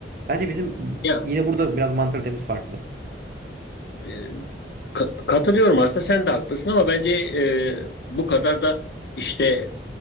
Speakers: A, on the right; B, on the left.
A: Bence bizim
B: Ya
A: yine burada biraz mantalitemiz farklı.
B: e, ka- katılıyorum aslında sen de haklısın ama bence e, bu kadar da işte